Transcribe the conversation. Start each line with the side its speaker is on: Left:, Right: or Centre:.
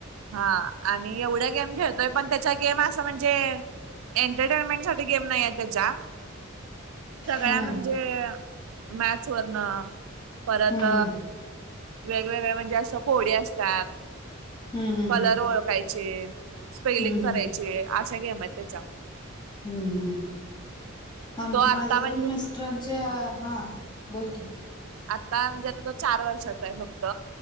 Right: <inaudible> हा आणि एवढ्या गेम खेळतोय पण त्याचा गेम असं म्हणजे. एंटरटेनमेंट साठी गेम नाहीे त्याच्या. सगळ्या
Left: हम्म
Right: म्हणजे मॅथस वरनं परत.
Left: हम्म हम्म
Right: वेगवेगळ म्हणजे असं पोळे असतात.
Left: हम्म हम्म.
Right: कलर ओळखायचे स्पेलिंग
Left: हम्म
Right: करायचे
Left: हम्म
Right: अशा घेम आहेत त्याच्या.
Left: हम्म आम
Right: तो आता
Left: माझ्या तर
Right: म्हणजे
Left: म मिस्टरंटचे हां बोल की.
Right: आत्ता म्हणजे आता तो चार वर्षाचा आहे फक्त.